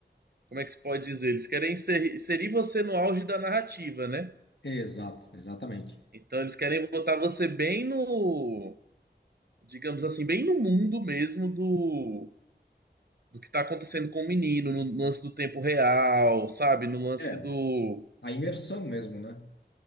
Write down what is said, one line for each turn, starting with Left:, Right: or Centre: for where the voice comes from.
Right: como é que se pode dizer? Eles querem inserir, inserir você no auge da narrativa, né?
Left: Exato, exatamente.
Right: Então eles querem botar você bem no, digamos assim, bem no mundo mesmo do, do que tá acontecendo com o menino, no lance do tempo real, sabe? No lance
Left: É,
Right: do.
Left: a imersão mesmo, né?